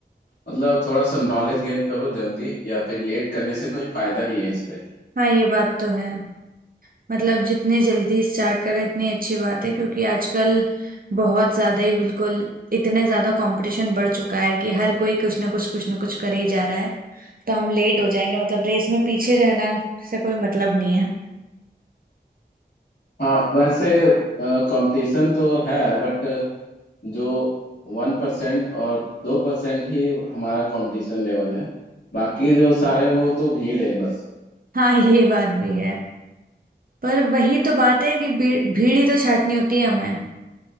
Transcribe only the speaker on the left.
मतलब थोड़ा सा नॉलेज गेन करो जल्दी या फिर लेट करने से कोई फायदा नहीं है इस पे भी
हाँ वैसे कंपटीशन तो है बट जो वन परसेंट और दो परसेंट ही हमारा कंपटीशन लेवल है बाकी जो सारे वो तो भीड़ है बस